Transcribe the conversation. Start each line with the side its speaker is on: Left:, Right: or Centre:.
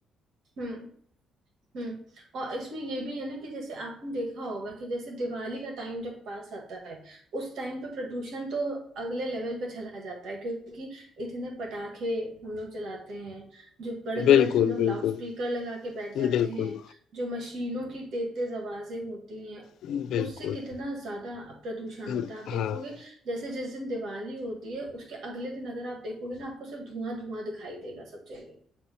Right: हम्म हम्म और इसमें ये भी है ना कि जैसे आपने देखा होगा कि जैसे दिवाली का टाइम जब पास आता है उस टाइम पे प्रदूषण तो अगले लेवल पे चला जाता है क्योंकि इतने पटाखे हम लोग जलाते हैं जो बड़े
Left: बिल्कुल
Right: बड़े हम लोग
Left: बिल्कुल
Right: लाउड स्पीकर लगा के बैठ जाते
Left: बिल्कुल बिल्कुल
Right: हैं जो मशीनों की तेज तेज आवाजें होती हैं
Left: बिल्कुल बिल्कुल
Right: उससे कितना ज्यादा प्रदूषण
Left: हम्म,
Right: होता है आप देखोगे
Left: हाँ
Right: जैसे जिस दिन दिवाली होती है उसके अगले दिन अगर आप देखोगे ना आपको सिर्फ धुआं धुआं दिखाई देगा सब जगह